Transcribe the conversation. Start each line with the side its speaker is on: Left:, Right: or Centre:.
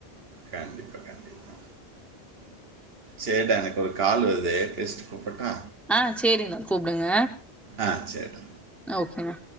Right: கண்டிப்பா கண்டிப்பா. சேரிடா எனக்கு ஒரு கால் வருது பேசிட்டு கூப்பட்டா?
Centre: ஆ சேரிண்ணா கூப்டுங்க.
Right: ஆ சேரிடா.
Centre: ஓகேண்ணா.